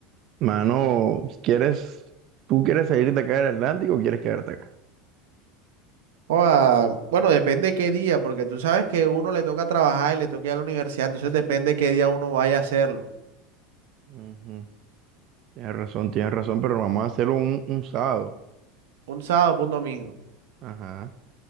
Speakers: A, on the right; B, on the right.
A: Mano, ¿quieres, tú quieres salir de acá del Atlántico o quieres quedarte acá?
B: O a- bueno, depende qué día, porque tú sabes que uno le toca trabajar y le toca ir a la universidad, entonces depende qué día uno vaya a hacerlo.
A: Ujú, Tienes razón, tienes razón, pero vamos a hacerlo un, un sábado.
B: Un sábado, o un domingo.
A: Ajá,